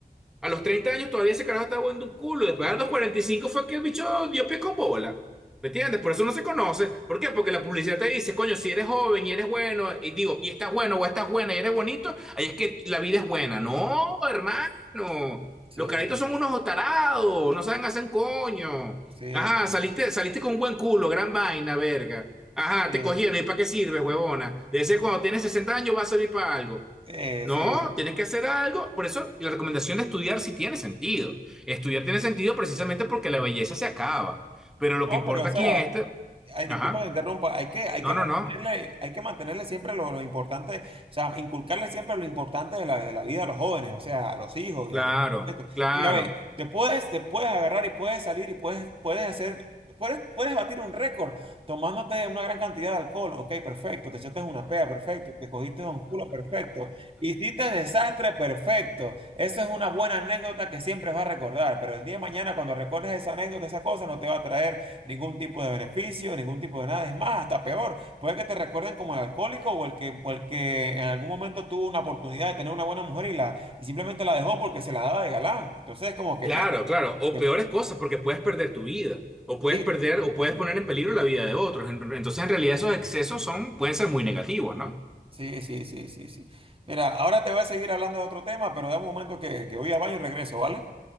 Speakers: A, in the centre; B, on the right.
A: A los 30 años todavía ese carajo estaba jugando un culo. Después a los 45 fue que el bicho dio pie con bola. ¿Me entiendes? Por eso no se conoce. ¿Por qué? Porque la publicidad te dice, coño, si eres joven y eres bueno, y digo, y estás bueno o estás buena y eres bonito, ahí es que la vida es buena. No, hermano.
B: <laughs>
A: Los carajitos son unos tarados, no saben hacer un coño.
B: sí,
A: Ajá,
B: sí,
A: saliste,
B: sí,
A: saliste con un buen culo, gran vaina, verga. Ajá,
B: sí,
A: te cogieron. ¿Y para qué sirve, huevona? De ser cuando tienes 60 años va a servir para algo.
B: sí,
A: No,
B: sí.
A: tienes que hacer algo. Por eso la recomendación de estudiar sí tiene sentido. Estudiar tiene sentido precisamente porque la belleza se acaba. Pero
B: No,
A: lo que importa
B: pero o sea,
A: aquí en este...
B: ay,
A: Ajá.
B: disculpa que interrumpa, hay que, hay
A: No,
B: que mantenerle,
A: no, no.
B: hay que mantenerle siempre lo, lo importante, o sea, inculcarle siempre lo importante de la, de la vida a los jóvenes, o sea, a los hijos
A: Claro,
B: y a los,
A: claro,
B: Mira, ve, te puedes, te puedes agarrar y puedes salir y puedes, puedes hacer, puedes, puedes batir un récord tomándote una gran cantidad de alcohol. Ok, perfecto. Te echaste una pea, perfecto. Te cogiste un culo, perfecto. Hiciste desastre, perfecto. Esa es una buena anécdota que siempre vas a recordar, pero el día de mañana cuando recuerdes esa anécdota, esa cosa, no te va a traer ningún tipo de beneficio, ningún tipo de nada. Es más, hasta peor. Puede que te recuerden como el alcohólico o el que, o el que en algún momento tuvo una oportunidad de tener una buena mujer y la y simplemente la dejó porque se la daba de galán. Entonces es como que,
A: claro,
B: mira,
A: claro. O
B: te-
A: peores cosas porque puedes perder tu vida. O puedes
B: listo.
A: perder o puedes poner en peligro la vida de otros. En- Entonces, en realidad, esos excesos son, pueden ser muy negativos, ¿no?
B: Sí, sí, sí, sí, sí. Mira, ahora te voy a seguir hablando de otro tema, pero da un momento que, que voy al baño y regreso, ¿vale?